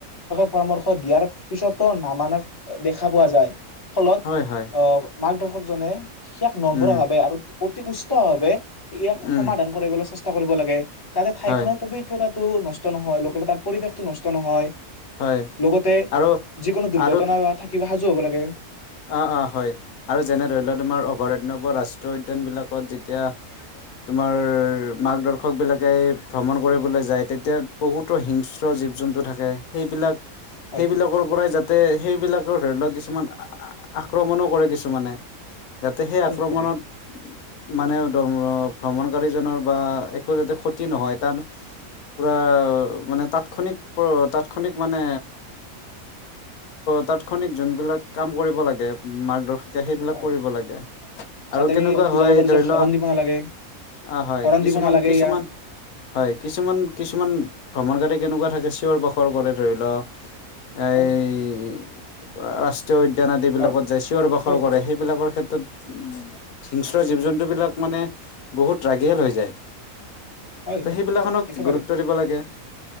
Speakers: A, on the left; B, on the left.
A: <unintelligible> পৰামৰ্শ দিয়াৰ পিছতো নামানা দেখা পোৱা যায় ফলত
B: হয়, হয়,
A: অ মাৰ্গদৰ্শকজনে সেয়াক নম্ৰভাৱে
B: উম,
A: আৰু অতি উষ্টভাৱে ইয়াক
B: উম,
A: সমাধান কৰিবলৈ চেষ্টা কৰিব লাগে যাতে ঠাইখনৰ
B: হয়,
A: পবিত্ৰতা টো নষ্ট নহয় লোকেল তাত পৰিৱেশটো নষ্ট নহয়
B: হয়
A: লগতে
B: আৰু
A: যিকোনো দুৰ্ঘটনা
B: আৰু
A: থাকিব সাজু হ'ব লাগে
B: অ অ হয় আৰু যেনে ধৰি লওক তোমাৰ অভয়াৰণ্য ৰাষ্ট্ৰীয় উদ্যান বিলাকত যেতিয়া তোমাৰ মাৰ্গদৰ্শক বিলাকে ভ্ৰমণ কৰিবলৈ যায় তেতিয়া বহুতো হিংসছ জীৱ জন্তু থাকে সেইবিলাক
A: হয়
B: সেইবিলাকৰ পৰাই যাতে সেইবিলাক ধৰি লওক কিছুমান আক্ৰমণো কৰে কিছুমানে যাতে সেই
A: হয়
B: আক্ৰমণত
A: কৰে
B: মানে ভ্ৰমণকাৰীজনৰ বা একো যাতে ক্ষতি নহয় তাৰ পুৰা মানে তাত তাৎক্ষণিক তাৎক্ষণিক মানে তাৎক্ষণিক যোনবিলাক কাম কৰিব লাগে মাৰ্গদৰ্শক তেতিয়া সেইবিলাক
A: হয়
B: কৰিব লাগে। আৰু
A: যাতে
B: তেনেকোৱা
A: আমি বুজাব
B: হয়,
A: পাৰো
B: ধৰি
A: যে হৰণ
B: ল'
A: দিব নালাগে
B: অঁহ হয়।
A: হৰণ
B: কিছুমান,
A: দিব নালাগে
B: কিছুমান
A: ইয়াত
B: হয়, কিছুমান, কিছুমান ভ্ৰমণকাৰী- তেনেকোৱা থাকে চিঞৰ, বাখৰ কৰে ধৰি লওঁক- এই-
A: হয়
B: আ ৰাচ ীয় উদ্যান আদি বিলাকত
A: হৰ
B: যে চিঞৰ বাখৰ
A: হয়
B: কৰে, সেই বিলাকৰ ক্ষেত্ৰত- হিংস্ৰ, জীৱ- জন্তু বিলাক মানে বহুত ৰাগিয়াল হৈ যায়।
A: হয়
B: ত'
A: হয়
B: সেইবিলাক কামত
A: একেবাৰে
B: গুৰুত্ব দিব লাগে।